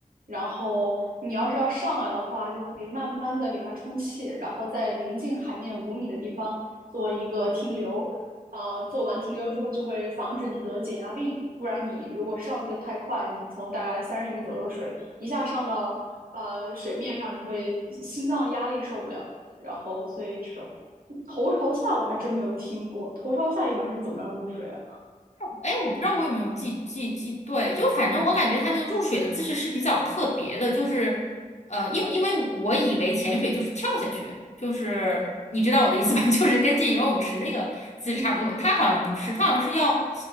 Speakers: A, on the right; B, on the left.
A: 然后你要是要上来的话，就可以慢慢的给它充气，然后在临近海面五米的地方做一个停留。呃，做完停留之后就会防止你得减压病，不然你如果上去的太快，你从大概三十米左右的水一下上到呃水面上，你会心脏压力受不了。然后，所以这种头朝下我还真没有听过，头朝下一般是怎么样入水啊？
B: 哎，我不知道我有没有记记记对，就反正我感觉它那个入水的姿势是比较特别的，就是呃，因为因为我以为潜水就是跳下去，就是你知道我的意思吧，<laughs> 就是跟进游泳池那个姿势差不多，
A: 嗯嗯，
B: 它好像不是，它好像是要